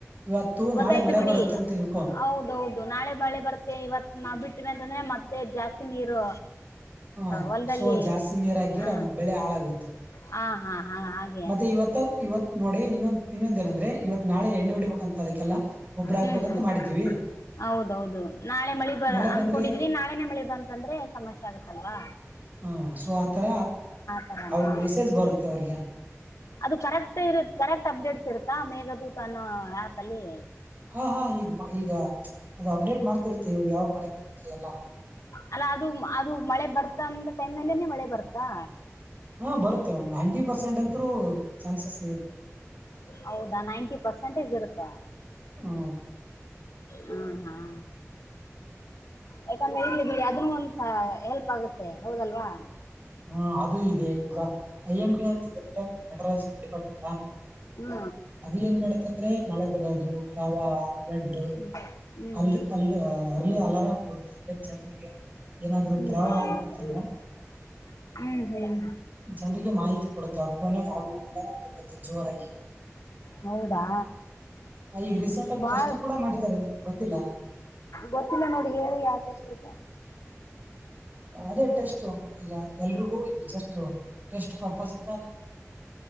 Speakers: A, on the right; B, on the left.
A: ಇವತ್ತು
B: ಗೊತ್ತಾಯ್ತು
A: ನಾಳೆ ಮಳೆ
B: ಬಿಡಿ
A: ಬರತ್ತೆ ಅಂತ್ತಿಳ್ಕೊ.
B: ಹೌದೌದು ನಾಳೆ ಮಳೆ ಬರ್ತ್ತೇ ಇವತ್ ನ ಬಿಟ್ಟ್ರ ಅಂತಂದ್ರೆ ಮತ್ತೆ ಜಾಸ್ತಿ ನೀರು
A: ಹ
B: ಹೊಲದಲ್ಲಿ
A: ಸೊ ಜಾಸ್ತಿ ನೀರಾಗಿರ
B: ಹ
A: ಬೆಳೆ ಹಾಳಾಗುತ್ತೆ
B: ಹಾ ಹ ಹಾ ಹ ಹಾಗ
A: ಮತ್ತೆ ಇವತ್ತ ಇವತ್ ನೋಡಿ ಇನ್ನೊಂದ ಇನ್ನೊಂದಏನಂದ್ರೆ ಇವತ್ ನಾಳೆ ಎಣ್ಣೆ ಹೊಡಿಬೇಕಕ್ಂತ ಅದಕ್ಕೆಲ್ಲ ಗೊಬ್ಬರ ಹಾಕ್ಬೇಕಂತ
B: ಹ್ಮ್ ಹ್ಮ್
A: ಮಾಡಿದ್ವಿ
B: ಹೌದೌದು ನಾಳೆ ಮಳಿ ಬ
A: ಮಳೆ
B: ಅಂದಕೊಂಡಿದ್ರಿ
A: ಬಂದ್ರೆ
B: ನಾಳೆ ಮನೆ ಮಳಿ ಬಂತಂದ್ರೆ ಸಮಸ್ಯೆ ಆಗುತ್ತಲ್ವಾ
A: ಹ ಸೊ ಆತರ
B: ತರನಾ
A: ಅವ್ರಗ್ ಮೆಸೇಜ್ ಬರುತ್ತೆ ಅವ್ರಿಗೆ
B: ಅದು ಕರೆಕ್ಟ್ ಇರು ಕರೆಕ್ಟ್ ಅಪ್ಡೇಟ್ಸ್ ಇರುತ್ತಾ ಮೇಘದೂತ ಅನ್ನ ಆ್ಯಪ ಅಲ್ಲಿ
A: ಹಾ ಹಾ ಈಗ ಈಗ ಅದು ಅಪ್ಡೇಟ್ ಮಾಡ್ತಿರುತ್ತ ಯಾವಾಗ ಮಳೆ ಬರುತ್ತೆ ಎಲ್ಲ
B: ಅಲ್ಲ ಅದು ಅದು ಮಳೆ ಬರ್ತ ಅಂತ ಟೈಮ್ನಲ್ಲೇನೆ ಮಳೆ ಬರ್ತಾ
A: ಹಾ ಬರುತ್ತೆ ಒಂದ್ ಹಂಡ್ರಿ ಪರ್ಸೆಂಟ್ ಅಂತೂ ಚಾನ್ಸಸ್ ಇ
B: ಹೌದಾ ನೈಂಟಿ ಪರ್ಸೆಂಟೇಜ್ ಇರುತ್ತಾ
A: ಹ್ಮ್
B: ಹ್ಮ್ ಹ್ಮ್ ಯಾಕಂದ್ರೆ ಇಲ್ಲಿ ಬಿಡಿ ಅದ್ರ ಒಂದಸ ಹೆಲ್ಪ್ ಆಗುತ್ತೆ ಹೌದಲ್ವಾ
A: ಹಾ ಅದುೂ ಇದೆ ಈಗ ಐ ಎಂ ಡಿ ಅಂತ ಇದೆ ಅಟ ಮೆಟರಲ್ ಡಿಪಾರ್ಟ್ಮೆಂಟ್
B: ಹ್ಮ
A: ಅದು ಏನ್ ಮಾಡತ್ತ ಅಂದ್ರೆ ಮಳೆ ಬರೋದು ಪ್ರವಾಹ ಫ್ಲಡ್
B: ಹ್ಮ್ ಹ್ಮ್
A: ಅಲ್ಲಿ ಅಲ್ಲಿ ಅರ್ಲಿ ಅಲಾರಾಮ್ ಕೊಡುತ್ತೆ ಅಂದ್ರೆ ಜನರಿಗೆ ಏನಾದ್ರು
B: ಹ್ಮ್
A: ಪ್ರವಾಹ
B: ಹ್ಮ್
A: ಆಗ್ತಿತ್ತ ಅಂದ್ರ
B: ಹ್ಮ್ ಹ್ಮ್
A: ಜನರಿಗೆ ಮಾಹಿತಿ ಕೊಡ್ತೆ ಅವ್ರ ಫೋನ ಆರಾಮ್ ಅಲಾರಾಮ್ ಕೊಡ್ಕೆ ಜೋರಾಗಿ
B: ಹೌದಾ
A: ಈಗ ರೀಸೆಂಟ್ ಆಗಿ
B: ಬಾಳ್
A: ಟೆಸ್ಟ್ ಕೂಡ ಮಾಡಿದ್ದಾರೆ ನಿಮ ಬಂದಿಲ್ಲ
B: ಗೊತ್ತಿಲ್ಲ ನೋಡಿ ಹೇಳಿ ಯಾವಟ ಎಷ್ಟ ಅದು
A: ಅದೇ ಟೆಸ್ಟ್ ಈಗ ಎಲ್ರಿಗೂ ಇ ಜಸ್ಟ್ ಟೆಸ್ಟ್ ಪರ್ಪಸ್